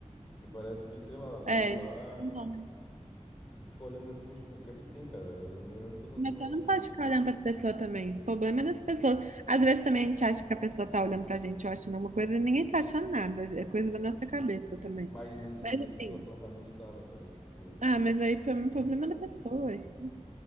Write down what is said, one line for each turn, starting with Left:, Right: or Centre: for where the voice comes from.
Left: Porque parece que, sei lá, eu sentei
Right: É,
Left: lá
Right: não sabe o nome.
Left: e fico olhando assim, mas, tipo, o que é que tem, cara? Eu não, eu não tô sozinho,
Right: Mas
Left: não,
Right: você não
Left: Deus.
Right: pode ficar olhando para as pessoas também. O problema é das pessoas. Às vezes também a gente acha que a pessoa tá olhando pra gente, ou achando alguma coisa, e ninguém tá achando nada. É coisa da nossa cabeça também.
Left: Mas nesse,
Right: Mas
Left: nessa
Right: assim.
Left: situação eu realmente tava, sabe? Tipo,
Right: Ah, mas aí
Left: enfim.
Right: pra mim, o problema é da pessoa. Eu